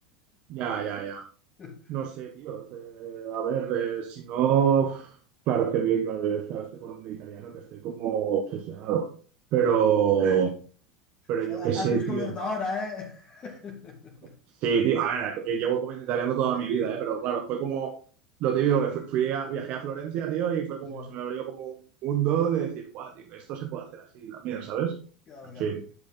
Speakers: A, on the right; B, on the left.
A: ya, ya, ya.
B: <laughs>
A: No sé, tío. o sea, a ver, eh, si no... uf, Claro, es que vi, claro, yo estaba- estoy con un italiano que estoy como obsesionado. Pero, pero
B: Joder,
A: yo qué sé,
B: has descubierto
A: tío.
B: ahora, ¿eh? <laughs>
A: Sí, tío, a ver, eh, llevo comiendo italiano toda
B: Sí,
A: mi vida, ¿eh? Pero claro, fue como lo típico que fui, fui a- viajé a Florencia, tío, y fue
B: sí,
A: como,
B: sí,
A: se me abrió como un mundo de decir, guau, tío, que esto se puede hacer así también, ¿sabes?
B: claro,
A: En
B: claro.
A: fin,